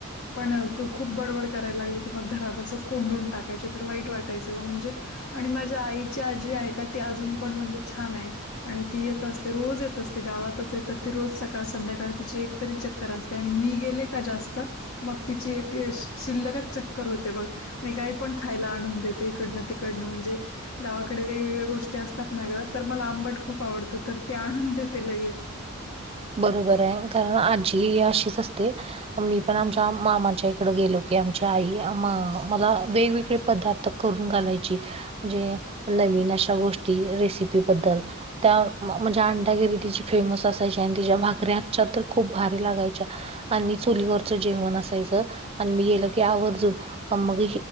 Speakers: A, on the left; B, on the right.
A: पण खूप बडबड करायला लागली क मग घरात अस कोंडून टाकायचे तर वाईट वाटत वाटायच म्हणजे आणि माझ्या आईची आजी आहे का ती अजून पण म्हणजे छान आहे. आणि ती येत असते रोज येत असते गावातच आहे तर ती रोज सकाळ संध्याकाळ तिची एक तरी चक्कर असते, आणि मी गेले का जास्त मग तिची एक शिल्लकच चक्कर होते बघ, आणि काही पण खायला आणून देते. इकडन तिकडन म्हणजे गावाकडे वेगवेगळ्या गोष्टी असतात ना ग तर मला आंबट खूप आवडत तर ती आणून देते लगेच.
B: बरोबर आहे कारण आजी ही अशीच असते. मी पण आमच्या मामाच्या इकड गेलो की आमच्या आई मला वेगवेगळे पदार्थ तर करून घालायची. म्हणजे नवीन अशा गोष्टी रेसिपीबद्दल त्या म्हणजे अंडा <unintelligible> तिची फेमस असायची. तिच्या भाकऱ्या हाताच्या तर खूप भारी लागायच्या. आणि चुलीवरच जेवण असायच, आणि मी गेल की आवर्जून मग